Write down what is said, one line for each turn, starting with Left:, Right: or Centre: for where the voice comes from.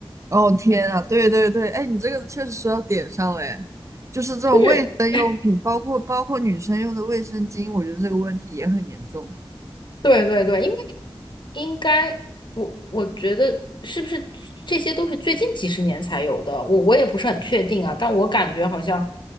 Right: 哦天啊，对对对，哎，你这个确实说到点上了，哎，就是这种卫生用品，
Left: 就是
Right: 包括包括女生用的卫生巾，我觉得这个问题也很严重。
Left: 对对对，因为应该我我觉得是不是这些都是最近几十年才有的，我我也不是很确定啊，但我感觉好像